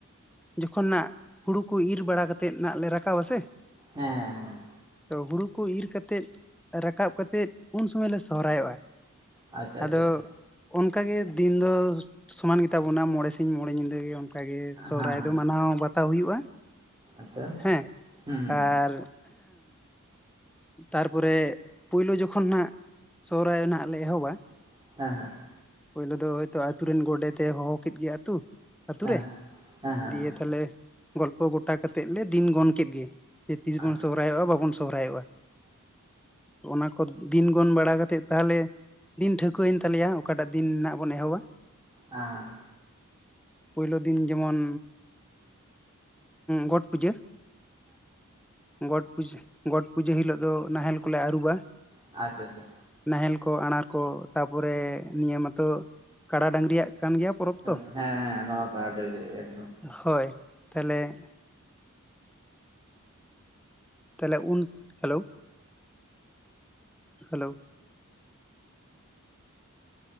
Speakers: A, in the centre; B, on the right (about 20°).
A: ᱡᱚᱠᱷᱚᱱᱱᱟᱜ ᱦᱩᱲᱩ ᱠᱚ ᱤᱨ ᱵᱟᱲᱟ ᱠᱟᱛᱮᱫ ᱱᱟᱜᱼᱞᱮ ᱨᱟᱠᱟ ᱟᱥᱮ ᱾
B: ᱦᱮᱸ ᱦᱮᱸ ᱦᱮᱸ
A: ᱛᱚ ᱦᱩᱲᱩ ᱠᱚ ᱤᱨ ᱠᱟᱛᱮᱫ ᱨᱟᱠᱟᱵ ᱠᱟᱛᱮᱫ ᱩᱱ ᱥᱚᱢᱚᱭ ᱞᱮ ᱥᱚᱦᱚᱨᱟᱭᱚᱜᱼᱟ ᱾
B: ᱟᱪᱪᱷᱟ ᱟᱪᱪᱷᱟ
A: ᱟᱫᱚ
B: ᱟᱪᱪᱷᱟ
A: ᱚᱱᱠᱟ ᱜᱮ ᱫᱤᱱ ᱫᱚ ᱥᱚᱢᱟᱱ ᱜᱮᱛᱟᱵᱚᱱᱟ ᱢᱚᱬᱮ ᱥᱤᱧ ᱢᱚᱬᱮ ᱧᱤᱫᱟᱹ ᱜᱮ ᱚᱱᱠᱟ ᱜᱮ ᱥᱚᱦᱚᱨᱟᱭ
B: ᱦᱮᱸ ᱦᱮᱸ
A: ᱫᱚ ᱢᱟᱱᱟᱣ ᱵᱟᱛᱟᱣ ᱦᱩᱭᱩᱜᱼᱟ ᱾
B: ᱟᱪᱪᱷᱟ
A: ᱦᱮᱸ
B: ᱦᱩᱸ ᱦᱩᱸ
A: ᱟᱨ ᱛᱟᱨᱯᱚᱨᱮ ᱯᱳᱭᱞᱳ ᱡᱚᱠᱷᱚᱱ ᱱᱟᱦᱱᱟᱜ ᱥᱚᱦᱚᱨᱟᱭ ᱱᱟᱦᱟᱜ ᱞᱮ ᱮᱦᱚᱵᱟ
B: <unintelligible>
A: ᱯᱳᱭᱞᱳ ᱫᱚ ᱦᱚᱭᱛᱚ ᱟᱛᱳ ᱨᱮᱱ ᱜᱚᱰᱮᱛᱮᱛ ᱦᱚᱦᱚ ᱠᱮᱫ ᱜᱮ ᱟᱛᱳ ᱟᱛᱳ
B: ᱦᱮᱸ
A: ᱨᱮ
B: ᱦᱮᱸ ᱦᱮᱸ ᱟᱪᱪᱷᱟ ᱦᱮᱸ ᱦᱮᱸ ᱦᱮᱸ
A: ᱫᱤᱭᱮ ᱛᱟᱦᱚᱞᱮ ᱜᱚᱞᱯᱚ ᱜᱚᱴᱟ ᱠᱟᱛᱜ ᱞᱮ ᱫᱤᱱ ᱜᱚᱱ ᱠᱮᱫ ᱜᱮ ᱾ ᱛᱤᱥ
B: ᱟᱪᱪᱷᱟ
A: ᱵᱚᱱ ᱥᱨᱟᱭᱚᱜᱼᱟ ᱵᱟᱵᱚᱱ ᱥᱚᱦᱨᱟᱭᱚᱜᱼᱟ ᱚᱱᱟ ᱠᱚ ᱫᱤᱱ ᱜᱚᱱ ᱵᱟᱲᱟ ᱠᱟᱛᱮᱫ ᱛᱟᱦᱚᱞᱮ ᱫᱤᱱ ᱴᱷᱟᱹᱣᱠᱟᱹᱭᱮᱱ ᱛᱟᱞᱮᱭᱟ ᱚᱠᱟᱴᱟᱜ ᱫᱤᱱ ᱱᱟᱜ ᱵᱚᱱ ᱮᱦᱚᱵᱟ
B: ᱟ
A: ᱯᱩᱭᱞᱳ ᱫᱤᱱ ᱡᱮᱢᱚᱱ ᱜᱚᱴ ᱯᱩᱡᱟᱹ ᱜᱚᱴ ᱯᱩᱡᱟᱹ ᱜᱚᱴ ᱯᱩᱡᱟᱹ ᱦᱤᱞᱳᱜ ᱫᱚ ᱱᱟᱦᱮᱞ ᱠᱚᱞᱮ ᱟᱨᱩᱵᱟ ᱾
B: ᱟᱪᱪᱷᱟ ᱟᱪᱷᱟ
A: ᱱᱟᱦᱮᱞ ᱠᱚ ᱟᱲᱟᱨ ᱠᱚ ᱛᱟᱯᱚᱨᱮ ᱱᱤᱭᱟᱹ ᱢᱟᱛᱚ ᱠᱟᱲᱟ ᱰᱟᱝᱨᱤᱭᱟᱜ ᱠᱟᱱ ᱜᱮᱭᱟ ᱯᱚᱨᱚᱵᱽ
B: ᱦᱮᱸ
A: ᱛᱚ
B: ᱦᱮᱸ ᱱᱚᱣᱟ ᱢᱟ ᱠᱟᱲᱟ ᱵᱟᱝᱜᱤ ᱜᱮ ᱮᱫᱚᱢ ᱾
A: ᱦᱳᱭ ᱛᱟᱦᱚᱞᱮ ᱛᱟᱦᱚᱞᱮ ᱩᱱ hello hello